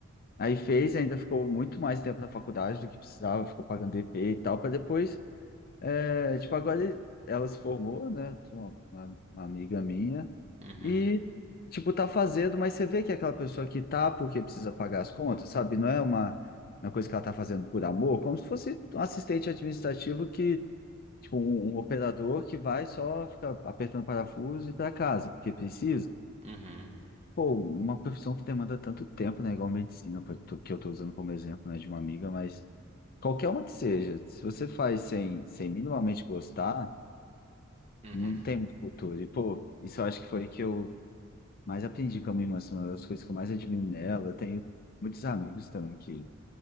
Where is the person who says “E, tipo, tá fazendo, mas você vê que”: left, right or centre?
Left